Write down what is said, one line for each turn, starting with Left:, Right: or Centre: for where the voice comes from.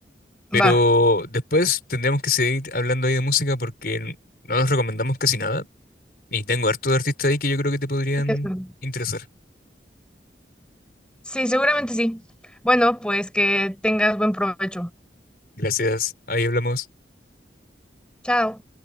Left: Pero
Centre: Va.
Left: después tendremos que seguir hablando ahí de música porque n- no nos recomendamos casi nada. Y tengo harto de artistas ahí que yo creo que te podrían
Centre: Sí, es verdad.
Left: interesar.
Centre: Sí, seguramente sí. Bueno, pues que tengas buen provecho.
Left: Gracias, ahí hablamos.
Centre: Chao.